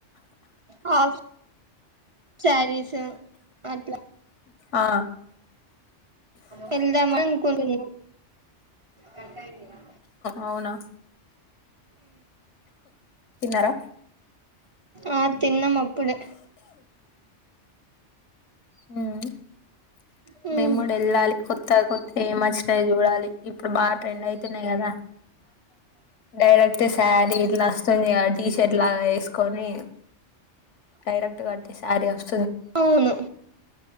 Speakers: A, on the right; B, on the left.
A: హా ఫస్ శ్వారీ సే అట్లా
B: ఆ
A: వెళ్దామ అనుకున్నా కట్టయిందిరా
B: అవునా తిన్నారా
A: ఆ తిన్నాం అప్పుడే
B: హ
A: హ్మ్
B: మేమ్ గూడ వెల్లాలి కొత్త కొత్త ఏం మచ్చినాయి చూడాలి ఇప్పుడు బాగా ట్రెండ్ అయితున్నాయి కదా డైరెక్ట్ శారీ ఇట్లా వస్తుంది తీసే ఇట్లా వేసుకొని డైరెక్ట్గా శ్యా ర్వవస్త
A: అవును